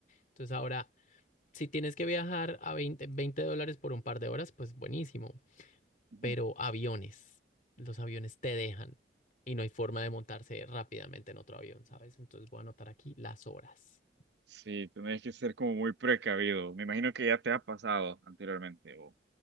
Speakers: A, on the left; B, on the right.
A: Entonces ahora, si tienes que viajar a veinte veinte dólares por un par de horas, pues buenísimo.
B: Ujú.
A: pero aviones, los aviones te dejan y no hay forma de montarse rápidamente en otro avión, ¿sabes? Entonces voy a anotar aquí las horas.
B: Sí, tenés que ser como muy precavido. Me imagino que ya te ha pasado anteriormente o